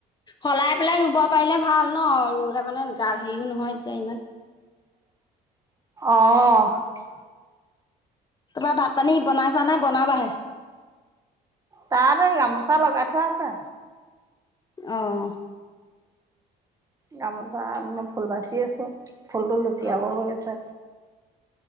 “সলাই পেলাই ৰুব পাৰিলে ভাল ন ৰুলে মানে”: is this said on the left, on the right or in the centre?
Left